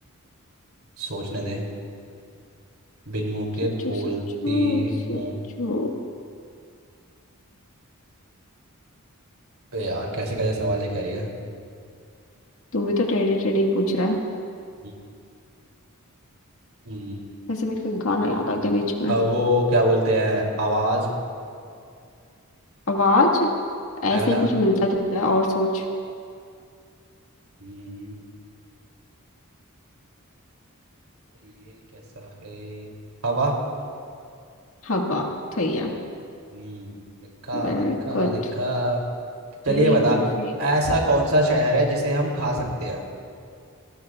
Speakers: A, on the right; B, on the left.
A: सोचने दे बिन मुंह के
B: सोचो
A: बोलती
B: सोचो सोचो
A: हूँ बे यार कैसे कैसे सवाल लेके आ रही है
B: तू भी तो टेढ़े टेढ़े ही पूछ रहा है
A: हम्म, हम्म,
B: वैसे मेरे को गाना याद आ गया बीच में
A: अ, वो क्या बोलते हैं आवाज
B: आवाज ऐसे
A: अरे मतलब
B: ही कुछ मिलता जुलता है और सोच
A: हम्म, ये कैसा है हवा
B: हवा सही है
A: हम्म दिखा
B: Very
A: दिखा
B: good
A: दिखा चलिए
B: very
A: बता
B: good very
A: ऐसा कौन सा शहर है जिसे हम खा सकते हैं